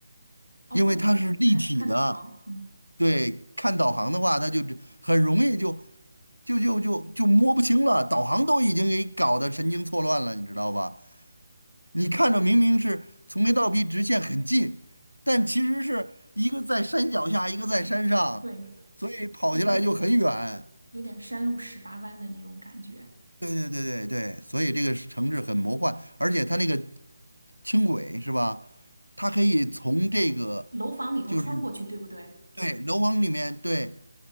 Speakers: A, on the right; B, on the left.
A: 哦，
B: 因为它是立体的。
A: 不不敢看看导航，嗯，
B: 对，看导航的话，他就很容易就就就就就摸不清了，导航都已经给搞得神经错乱了，你知道吧？你看着明明是从 A 到 B 直线很近，但其实是一个在山脚下，一个在山上，
A: 有对，
B: 所以跑起来就很远。
A: 有点有点山路十八弯的那种感觉。
B: 对对对对对，所以这个是城市很魔幻，而且它那个轻轨是吧？它可以从这个
A: 楼房里头穿过去，
B: 就是
A: 对不对？
B: 对楼房里面对